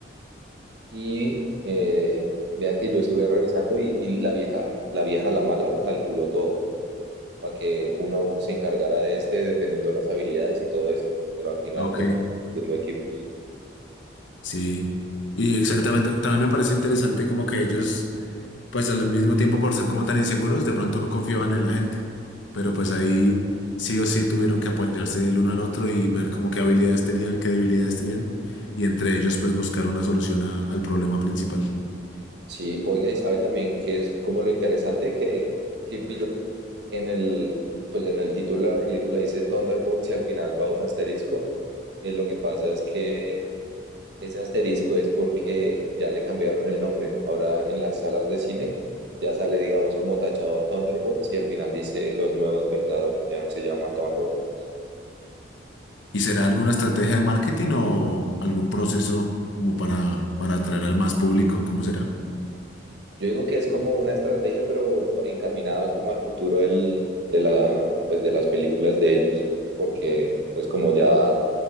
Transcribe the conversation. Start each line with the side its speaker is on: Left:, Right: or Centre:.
Right: Y eh, vea que yo estuve revisando y, y la vieja, la vieja, la mala, calculó todo para que uno se encargara de este dependiendo las habilidades y todo eso, pero al final
Left: Ok.
Right: resultaron siendo equipos.
Left: Sí. Y exactamente, también me parece interesante como que ellos Pues al mismo tiempo, por ser como tan inseguros, de pronto no confiaban en la gente. Pero pues ahí sí o sí tuvieron que apoyarse el uno al otro y ver como qué habilidades tenían, qué debilidades tenían. Y entre ellos, pues buscar una solución a- al problema principal.
Right: Sí, oiga, y sabe también que es como lo interesante que si pilló en el, pues en el título de la película dice Thunderbolts y al final va un asterisco. Eh, lo que pasa es que ese asterisco es porque ya le cambiaron el nombre. Ahora en las salas de cine ya sale, digamos, como tachado Thunderbolts y al final dice Los Nuevos Vengadores, ya no se llama Thunderbolts.
Left: ¿Y será alguna estrategia de marketing o algún proceso como para, para atraer al más público? ¿Cómo será?
Right: Yo digo que es como una estrategia, pero encaminada como al futuro del, de la, pues de las películas de ellos, porque pues como ya